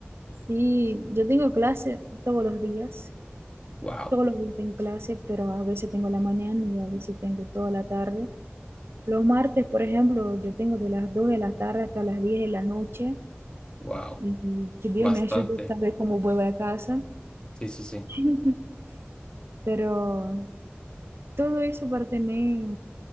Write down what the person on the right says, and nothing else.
Sí, yo tengo clase todos los días.
Todos los días tengo clase, pero a veces tengo la mañana y a veces tengo toda la tarde. Los martes, por ejemplo, yo tengo de las 2 de la tarde hasta las 10 de la noche
y y que Dios
me ayude a saber cómo vuelvo a casa.
<laughs> Pero todo eso para tener